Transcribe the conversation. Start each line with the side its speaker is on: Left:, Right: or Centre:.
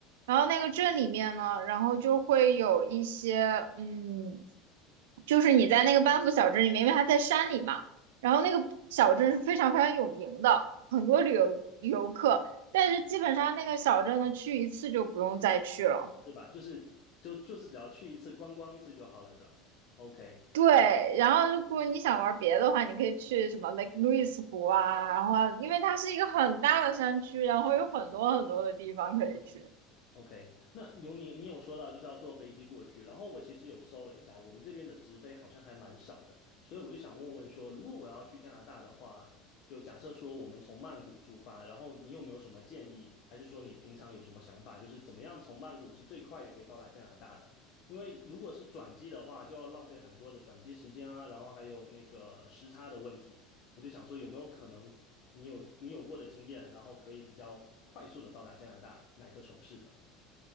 Right: 然后那个镇里面呢，然后就会有一些，嗯，就是你在那个班夫小镇里面，因为它在山里嘛，然后那个小镇是非常非常有名的，很多旅游游客，但是基本上那个小镇呢，去一次就不用再去了。
Left: 对吧？就是就就是只要去一次观光一次就好了的。OK，
Right: 对，然后如果你想玩别的话，你可以去什么 Lake Louise 湖啊，然后啊因为它是一个很大的山区，然后有很多很多的地方可以去。
Left: OK，那有你，你有说到就是要坐飞机过去，然后我其实有搜了一下，我们这边的直飞好像还蛮少的，所以我就想问问说，如果我要去加拿大的话，就假设说我们从曼谷出发，然后你有没有什么建议，还是说你平常有什么想法，就是怎么样从曼谷是最快的可以到达加拿大的？因为如果是转机的话，就要浪费很多的转机时间啊，然后还有那个时差的问题，我就想说有没有可能你有你有过的经验，然后可以比较快速的到达加拿大哪个城市的？